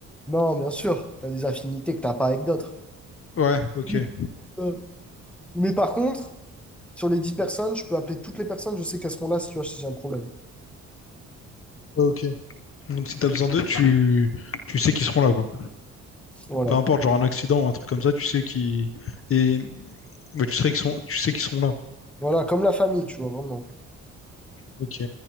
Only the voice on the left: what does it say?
ouais,
ok,
Ouais,
ok. Donc si t'as besoin d'eux, tu tu sais qu'ils seront là, quoi.
Peu importe, genre un accident ou un truc comme ça, tu sais qu'ils et ouais, tu sais qu'ils sont tu sais qu'ils seront là.
Ok.